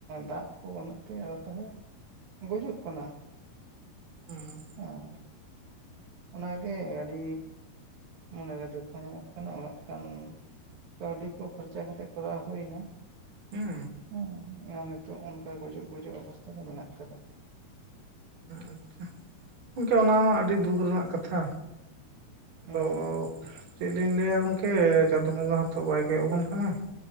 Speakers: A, on the right; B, on the right.
A: ᱫᱟᱜ ᱠᱚ ᱵᱟᱹᱱᱩᱜ ᱛᱮ ᱛᱟᱦᱞᱮ᱾ ᱜᱩᱡᱩᱜ ᱠᱟᱱᱟ
B: ᱵᱟᱝ
A: ᱟᱸ᱾ ᱚᱱᱟᱜᱮ ᱟᱹᱰᱤ ᱢᱚᱱᱮ ᱨᱮ ᱫᱩᱠ ᱦᱚᱸ ᱧᱟᱢᱚᱜ ᱠᱟᱱᱟ ᱩᱱᱟᱹᱜ ᱠᱟᱱ᱾ ᱠᱟᱹᱣᱰᱤ ᱠᱚ ᱠᱷᱚᱨᱪᱟ ᱠᱟᱛᱮᱜ ᱠᱚᱨᱟᱣ ᱦᱩᱭᱱᱟ᱾
B: ᱦᱮᱸ
A: ᱦᱮᱸ ᱟᱨ ᱱᱤᱛᱚᱜ ᱚᱱᱠᱟ ᱜᱩᱡᱩᱜ ᱜᱩᱡᱩᱜ ᱚᱵᱚᱥᱛᱷᱟ ᱨᱮ ᱢᱮᱱᱟᱜ ᱠᱟᱫᱟ᱾
B: ᱟᱪᱪᱷᱟ ᱜᱚᱝᱠᱮ ᱚᱱᱟ ᱢᱟ ᱟᱹᱰᱤ ᱫᱩᱠ ᱨᱮᱱᱟᱜ ᱠᱟᱛᱷᱟ᱾ ᱟᱫᱚ
A: ᱦᱮᱸ
B: ᱪᱮᱫ ᱞᱤᱧ ᱞᱟᱹᱭ ᱟ ᱜᱚᱝᱠᱮ ᱪᱟᱸᱫᱳ ᱵᱚᱸᱜᱟ ᱦᱚᱛᱚ ᱵᱟᱭ ᱜᱚᱜ ᱟᱵᱚᱱ ᱠᱟᱱᱟᱭ᱾